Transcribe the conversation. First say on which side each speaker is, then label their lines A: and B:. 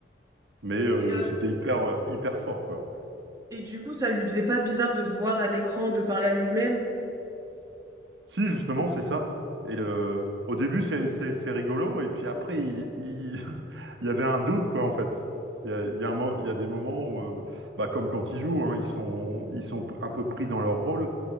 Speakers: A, on the right; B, on the right.
A: mais euh,
B: Et, euh,
A: c'était hyper euh, hyper fort quoi.
B: et du coup ça lui faisait pas bizarre de se voir à l'écran, de parler à lui-même.
A: Si justement c'est ça. Et le, au début c'est c'est- c'est rigolo et puis après il, il- <laughs> il y avait un doute quoi en fait. Il y a, il y a un mo- il y a des moments où, euh, bah, comme quand ils jouent, hein, ils sont ils sont un peu pris dans leur rôle.